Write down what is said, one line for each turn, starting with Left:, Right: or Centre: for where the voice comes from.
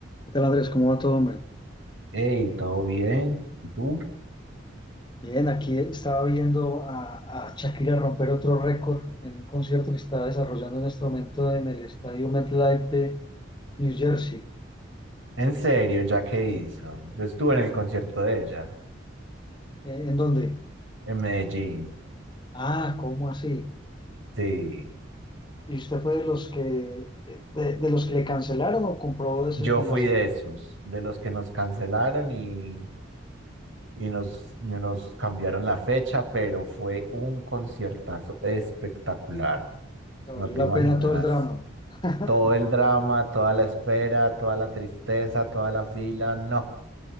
Left: ¿Qué tal, Andrés? ¿Cómo va todo, hombre?
Right: Hey, ¿todo bien? ¿Y tú?
Left: Bien, aquí estaba viendo a, a Shakira romper otro récord en un concierto que está desarrollando en este momento en el estadio MetLife de New Jersey.
Right: En serio, ¿ya qué hizo? Yo estuve en el concierto de ella,
Left: Eh, ¿En dónde?
Right: en Medellín.
Left: Ah, ¿cómo así?
Right: Sí,
Left: ¿Y usted fue de los que de, de los que le cancelaron o compró de se-
Right: yo
Left: en
Right: fui
Left: la segunda?
Right: de esos,
Left: O
Right: de los que nos cancelaron y, y nos, y nos cambiaron la fecha, pero fue un conciertazo espectacular.
Left: sea,
Right: No
Left: valió
Right: te
Left: la
Right: imaginas.
Left: pena todo el drama. <laughs>
Right: Todo el drama, toda la espera, toda la tristeza, toda la fila, no,